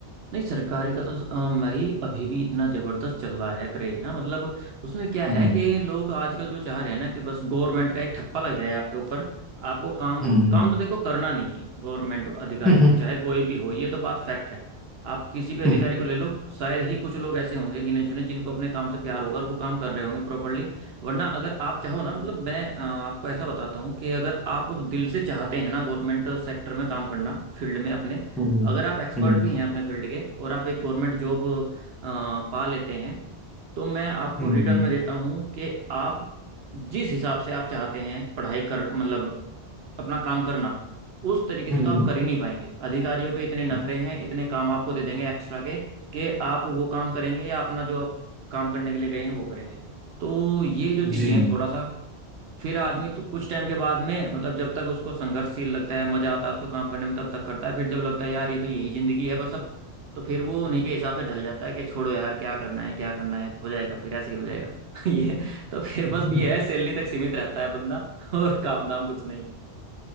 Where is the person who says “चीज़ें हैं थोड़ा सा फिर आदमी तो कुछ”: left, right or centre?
Right